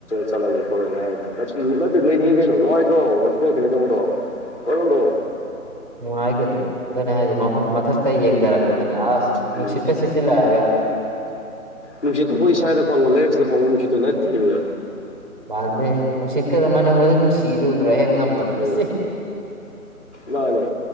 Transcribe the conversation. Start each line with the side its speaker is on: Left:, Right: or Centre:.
Left: ꯆꯠꯂꯒꯦ ꯈꯣꯠꯂꯒꯦ ꯍꯥꯏꯗꯣ ꯅꯠꯇ꯭ꯔꯗꯤ ꯂꯩꯅꯤꯉꯤ ꯀꯩꯅꯣ ꯅꯨꯡꯉꯥꯏꯗꯇ꯭ꯔꯣ ꯃꯊꯛꯇꯩ ꯀꯩꯅꯣ ꯇꯧꯕꯗꯣ ꯅꯣ ꯅꯣ ꯅꯣ
Right: ꯅꯨꯡꯉꯥꯏ ꯀꯩꯅꯣ ꯑꯗꯨꯅꯦ ꯍꯥꯏꯁꯦ ꯃꯐꯝ ꯃꯊꯛ ꯇꯩ ꯌꯦꯡꯗꯔꯛꯄꯗꯅꯦ ꯑꯁ
Left: ꯎꯝ
Right: ꯅꯨꯡꯁꯤꯠꯀ ꯁꯤꯠꯆꯤꯜꯂꯛꯑꯒ
Left: ꯅꯨꯡꯁꯤꯇꯣ ꯑꯩꯈꯣꯏ ꯁ꯭ꯋꯥꯏꯗ ꯐꯪꯕ ꯂꯩꯔꯛꯁꯤꯗ ꯐꯪꯕ ꯅꯨꯡꯁꯇꯣ ꯅꯠꯇꯦꯃꯤ
Right: ꯃꯥꯥꯟꯅꯗꯦꯍꯦ ꯅꯨꯡꯁꯤꯠ ꯀꯗꯣ ꯃꯅꯝꯒꯗꯣ ꯅꯨꯡꯁꯤꯔꯤꯗꯣ ꯎꯗ꯭ꯔꯣ ꯍꯦꯛ ꯅꯝꯕꯗ
Left: ꯎꯝ
Right: ꯁꯤ
Left: ꯃꯥꯟꯅꯦ